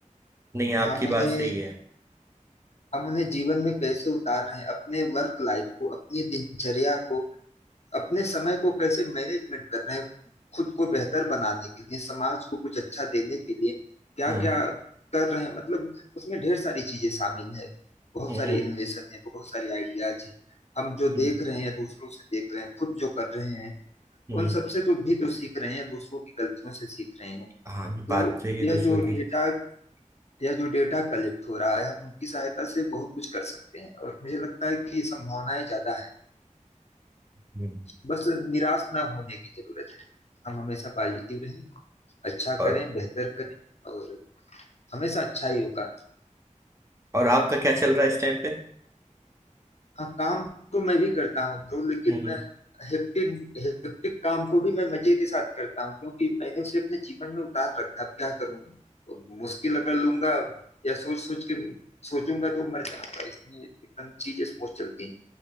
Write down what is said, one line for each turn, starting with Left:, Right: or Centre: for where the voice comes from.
Right: नहीं आपकी
Left: हम उन्हें
Right: बात सही है
Left: हम उन्हें जीवन में कैसे उतार रहे हैं अपने वर्क लाइफ को अपनी दिनचर्या को अपने समय को कैसे मैनेजमेंट कर रहे हैं खुद को बेहतर बनाने के लिए समाज को कुछ अच्छा देने के लिए क्या
Right: हाँ
Left: क्या कर रहे हैं मतलब उसमें ढेर सारी चीजें शामिल है बहुत
Right: हम्म
Left: सारे
Right: हम्म
Left: इनोवेशन है बहुत सारे आइडियाज हैं हम जो देख
Right: हम्म
Left: रहे हैं दूसरों से देख रहे हैं खुद जो कर रहे हैं
Right: हम्म,
Left: उन सबसे तो भी तो सीख रहे हैं दूसरों की गलतियों से सीख रहे हैं
Right: हाँ ये
Left: तो
Right: बात सही है
Left: यह
Right: दूसरों
Left: जो
Right: की
Left: डेटा या जो डेटा कलेक्ट हो रहा है हम उनकी सहायता से बहुत कुछ कर सकते हैं और मुझे लगता है कि संभावनाएं ज्यादा है
Right: हम्म
Left: बस निराश ना होने की जरूरत है हम हमेशा पॉजिटिव रहें अच्छा
Right: और
Left: करें बेहतर करें और हमेशा अच्छा ही होगा
Right: और आपका क्या चल रहा है इस टाइम पे
Left: हाँ काम तो मैं भी करता हूँ ब्रो लेकिन
Right: हम्म हम्म।
Left: हेक्टिक हेक्टिक काम को भी मैं मजे के साथ करता हूँ क्योंकि मैंने उसे अपने जीवन में उतार रखा अब क्या करूँ मुश्किल अगर लूंगा या सोच सोच के सोचूंगा तो मर जाऊंगा इसलिए एकदम चीजें स्मूथ चलती हैं